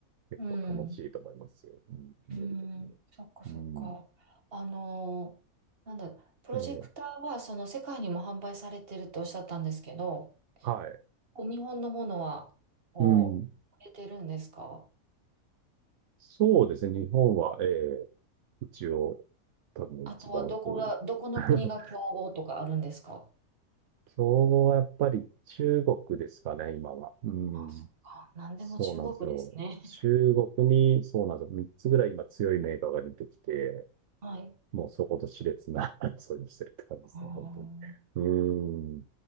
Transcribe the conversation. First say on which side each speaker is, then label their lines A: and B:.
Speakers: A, on the right (about 65°); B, on the right (about 40°).
A: 結構楽しいと思いますよ。
B: うん。
A: うん、寝るときに。
B: うん、そっかそっか。
A: うん。
B: あのー、なんだ、プロジェクターはその世界にも販売されてるとおっしゃったんですけど、
A: ええはい。
B: こう日本のものはこう、
A: うん。
B: 売れてるんですか
A: そうですね、日本は、ええ一応、多分一番、
B: あとはどこが、
A: うん
B: どこの国が競合とかあるんですか
A: <laughs> 競合はやっぱり中国ですかね、今は。うん。
B: あ、そっか。なんでも中国ですね。
A: そうなんですよ。中国に、そうなんですよ。3つぐらい今強いメーカーが出てきて、
B: <laughs> はい。
A: もうそこと熾烈な <laughs> 争いをしてるって感じですね、
B: うーん
A: 本当に。うん。い